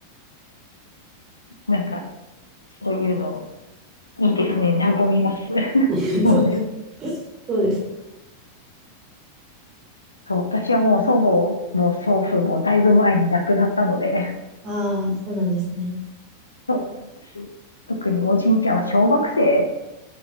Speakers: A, on the left; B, on the right.
A: なんか、そういうのいいですね。和みます。<laughs>
B: <laughs>
A: そうね。
B: そうです。そうです。
A: そう、私はもう祖母も祖父もだいぶ前に亡くなったので、
B: ああ、そうなんですね。
A: そうなんですよ。特におじいちゃんは小学生、